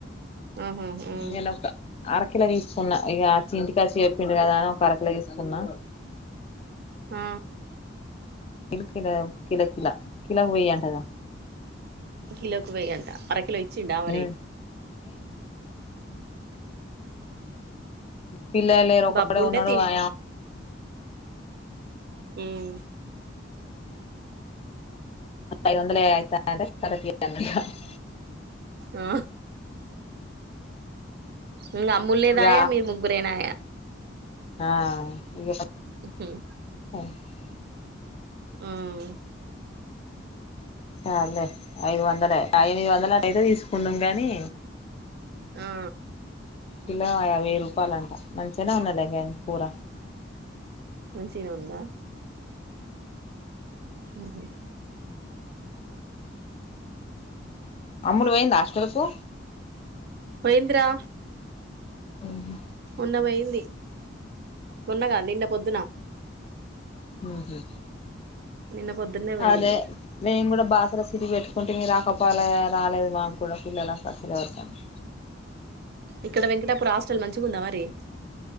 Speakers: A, on the right; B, on the left.
A: ఆహ ఉ
B: నేను ఒక అరకిలో తీసుకున్నా ఇకచ్చి ఇంటికాచ్చి చెప్పిండు కదా అని ఒక అరకిలో తీసుకున్నా.
A: ఆ
B: ఇల్ కిలా కిలకిల కిలా వెయ్యి అంటగా
A: కిలోకి వెయ్యంట అర కిలో ఇచ్చిండా మరీ
B: ఉమ్ పిల్లల్లేరు ఒక్కడే
A: బబ్బుండే
B: ఉన్నడు
A: తిన్
B: <inaudible> <inaudible> <inaudible>
A: ఉమ్
B: ఐదొందలే అయితా అంటే సరే తీ <unintelligible>
A: ఆ ఇంగ అమ్ముల్ లేదాయే
B: ఇగ
A: మీరు ముగ్గురేనాయా
B: ఆ ఇగ
A: ఉమ్
B: <unintelligible>
A: ఊమ్
B: ఆల్లే ఐదు వంద ఐనిది వందలు అయితే తీసుకున్నం గానీ
A: ఆ
B: కిలా యాభై రూపాలంట మంచిగనే ఉన్నది గాని కూర
A: మంచిగనే ఉందా ఉహు
B: అమ్ములు వొయింద హాస్టలుకు
A: పొయింద్రా
B: ఊహు
A: ఉన్న వొయింది మొన్నగా నిన్న పొద్దున
B: ఊహు
A: నిన్న పొద్దున్నే పోయింది
B: అదే మేన్ గుడా బాసర సిరి వెట్టుకుంటిమి రాకపోలే రాలేదు మా గూడా పిల్లలక్ అసలే ఎవరికన్నా
A: ఇక్కడ వెంకటాపూర హాస్టల్ మంచిగుందా మరి